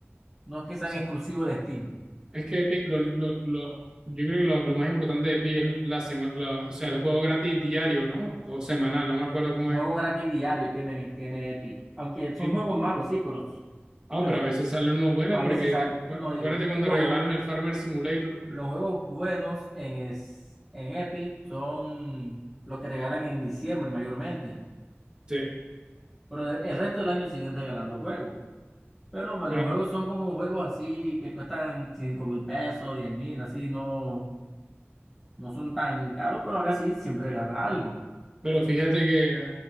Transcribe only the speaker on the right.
sea,
es que Epic, lo, lo, lo- yo creo que lo, lo más importante de Epic es la, semana o sea, el juego gratis diario, ¿no? O semanal,
no me acuerdo cómo
es.
Ah,
pero a veces sale uno bueno
porque
te-
acuérdate
cuando
regalaron el Farmer Simulator.
Sí.
Pero,
pero fíjate que